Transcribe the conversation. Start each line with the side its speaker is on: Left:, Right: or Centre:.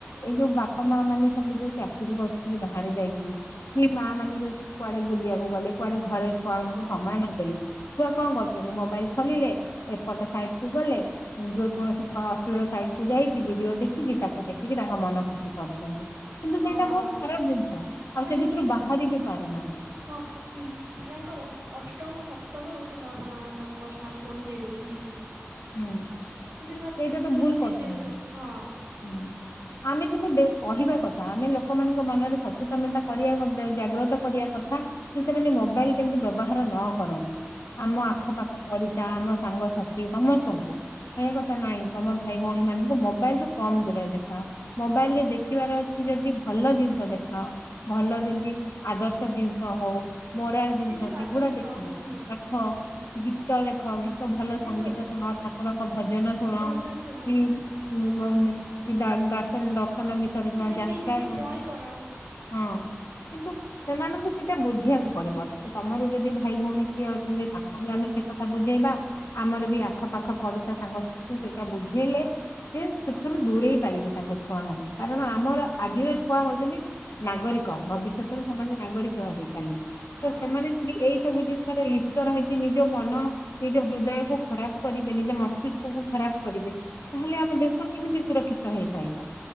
Left: ଏଇ ଯୋଉ ବାପା ମା ମାନେ ସବୁ ଯୋଉ ଚାକିରି କରୁଛନ୍ତି। ବାହାରେ ଯାଇକି ସେ
Right: ହୁଁ।
Left: ମା ମାନେ ଯୋଉ, କୁଆଡେ ବୁଲିବାକୁ ଗଲେ, କୁଆଡେ ଘରେ ଛୁଆନଙ୍କୁ
Right: ହଁ
Left: ସମୟ ନଦେଲେ ଛୁଆ କଣ କରୁ ମୋବାଇଲ ଖୋଲିଲେ, ଏପଟ ସାଇଟ କୁ ଗଲେ। ଯୋଉ କୌଣସି ଅଶ୍ଳୀଳ ସାଇଟ କୁ ଯାଇକି, ଭିଡିଓ ଦେଖିକି ତାକୁ ଦେଖିକି ତାଙ୍କ ମନ ଖୁସି ପଡେ। କିନ୍ତୁ
Right: ହଁ
Left: ସେଇଟା ବହୁତ ଖରାପ ଜିନିଷ, ଆଉ
Right: ଆଜିକାଲି
Left: ସେ ଭିତରୁ ବାହାରି ବି ପାରୁନାହାନ୍ତି।
Right: ହଁ, କି? ପିଲାଙ୍କର ଅଷ୍ଟମ ସପ୍ତମ ରୁ ତାଙ୍କ ବାପା ମା ମାନେ ତାଙ୍କୁ ପର୍ସନାଲ ଫୋନ ଦେଇ ଦଉଛନ୍ତି।
Left: ହୁଁ
Right: ସେ ଦିନ ରାତି
Left: ସେଇଟା
Right: ଦେଖୁଛନ୍ତି
Left: ତ ଭୁଲ
Right: ବସିକି
Left: କରୁଛନ୍ତି
Right: ସେ ଗୁଡ଼ା। ହଁ
Left: ହୁଁ। ଆମେ କିନ୍ତୁ <unintelligible> କହିବା କଥା ଆମେ ଲୋକମାନଙ୍କ ମନରେ ସଚେତନତା କରିବା ଗୋଟେ ଜାଗ୍ରତ। କରିବା କଥା, ଯେ ସେମାନେ ମୋବାଇଲ କେମତି ବ୍ୟବହାର ନ କରନ୍ତୁ। ଆମ
Right: ହଁ।
Left: ଆଖପାଖ ପଡିସା ଆମ ସାଙ୍ଗସାଥି ସମସ୍ତଙ୍କୁ। ସେଇ କଥା ନାଇଁ ତମ ଭାଇ ଭଉଣୀ ମାନଙ୍କୁ ମୋବାଇଲ ରୁ କମ୍ ଦୂରରେ ଦେଖାଅ। ମୋବାଇଲ ରେ ଦେଖିବାର ଅଛି ଯଦି ଭଲ ଜିନିଷ ଦେଖାଅ। ଭଲ ଯେଦି, ଆଦର୍ଶ ଜିନିଷ ହଉ, ମରାଲ ଜିନିଷ
Right: କିଛି ପାଠ
Left: ସେଗୁଡା
Right: ଦେଖ
Left: ଦେଖିବା।
Right: ହୁଁ
Left: ପାଠ, ଗୀତ ଦେଖ ଗୀତ ଭଲ
Right: ଗୀତ
Left: ସଙ୍ଗୀତ
Right: ଦେଖ
Left: ଶୁଣ ଠାକୁରଙ୍କ ଭଜନ ଶୁଣ।
Right: ଭଜନ ଶୁଣ
Left: କି କି ଦର୍ଶନ ଦର୍ଶନ ବିଷୟରେ
Right: କି
Left: ଶୁଣ
Right: ଦେଖିକି
Left: ଯାତ୍ରା
Right: କିଛି
Left: କଣ?
Right: ଡ୍ରଇଂ କର ହଁ
Left: ହଁ କିନ୍ତୁ ସେମାନଙ୍କୁ ସେଟା ବୁଝିବାକୁ ପଡିବ। ତମର ଯଦି, ଭାଇ ଭଉଣୀ କିଏ ଅଛନ୍ତି, ତାଙ୍କୁ ବି ଆମେ ସେ କଥା ବୁଝେଇବା। ଆମର ବି, ଆଖ ପାଖ ପଡିଶା ସାଙ୍ଗସାଥି ସେଇଟା ବୁଝେଇଲେ ସେ ସେଥିରୁ ଦୂରେଇ ପାରିବେ, ତାଙ୍କ ଛୁଆ ମାନେ କାରଣ ଆମର ଆଜିର ଛୁଆ ହଉଛନ୍ତି ନାଗରିକ ଭବିଷ୍ୟତରେ ସମମାନେ ନାଗରିକ ହବେ କାଲି,
Right: ହଁ
Left: ତ ସେମାନେ ଯଦି ଏଇ ସବୁ ଜିନିଷରେ <unintelligible> ରହିଛି ନିଜ ମନ ନିଜ ହୃଦୟକୁ ଖରାପ କରିବେ ନିଜ ମସ୍ତିଷ୍କକୁୁ ଖରାପ କରିବେ, ତାହେଲେ ଆମ ଦେଶ କେମିତି ସୁରକ୍ଷିତ ହେଇପାରିବ